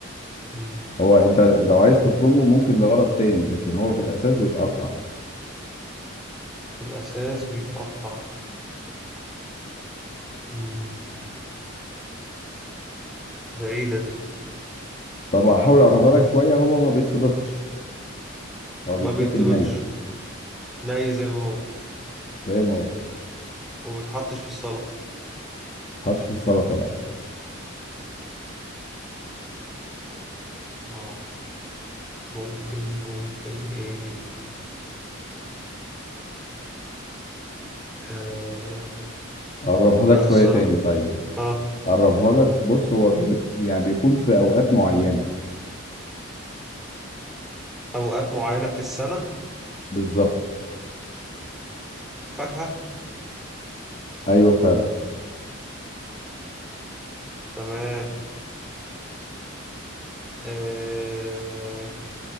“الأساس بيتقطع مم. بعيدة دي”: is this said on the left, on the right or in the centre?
Centre